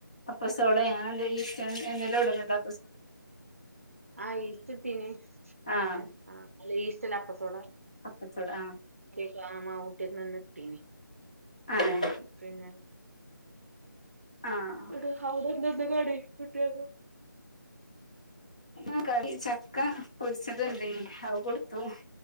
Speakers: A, on the left (about 20°); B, on the right (about 40°).
A: അപ്പസോടയാ ഈസ്റ്റ് എന്തേലു ഇടലണ്ടോ?
B: ആ ഈസ്റ്റ്ട്ടീന്
A: ആഹ്
B: ആണ് അ അല്ല ഈസ്റ്റല്ല അപ്പസോട
A: അപ്പച്ചോട ആ
B: <unintelligible>
A: ആഹ്
B: പിന്നെ
A: ആഹ്
B: എട് അവിടെ എന്തൊന്ന് കടി കുട്ടിക്ക്
A: ആ ക ചക്ക പൊരിച്ചത് ഉണ്ടെനി അത് കൊടുത്തു